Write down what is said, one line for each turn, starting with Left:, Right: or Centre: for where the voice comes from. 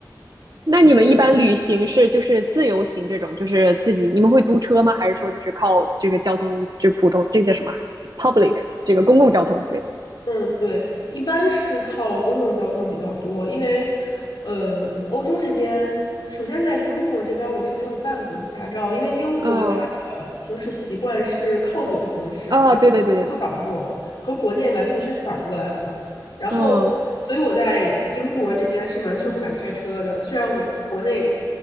Right: 那你们一般旅行是就是自由行这种，
Left: 就
Right: 就是自己，你们会租车吗？还是说就是靠这个交通工，就是普通，这个叫什么？public，这个公共交通，对，
Left: 嗯，对，一般是靠公共交通比较多，因为，嗯，欧洲这边，首先是在英国这边，我是没有办国际驾照，因为英国它的行驶习惯是靠左行驶，
Right: 嗯，哦，
Left: 然后右掌舵，
Right: 对对对对对，
Left: 和国内完全是反过来的嘛。然后，
Right: 嗯，
Left: 所以我在英国这边是完全不敢开车的，虽然我在国内